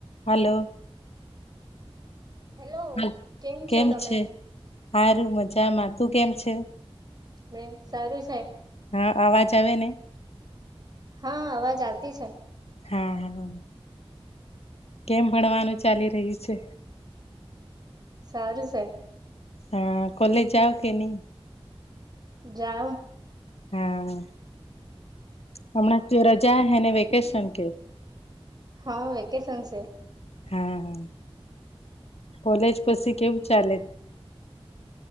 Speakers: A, on the left; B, on the right.
A: હાલો
B: hello
A: હ કેમ
B: છો તમે
A: છે સારું મજામાં તું કેમ છે
B: મેં સારું છે
A: હા અવાજ આવે ને
B: હા અવાજ આતી છે
A: હા હા કેમ ભણવાનું ચાલી રહ્યું છે
B: સાર છેે
A: હા કોલેજ જાઓ કે નહી
B: જાઓ
A: હા હમણાં તો રજા હૈ ને વેકેશન કે
B: હા વેકેશન છે
A: હા હ કોલેજ પછી કેવું ચાલે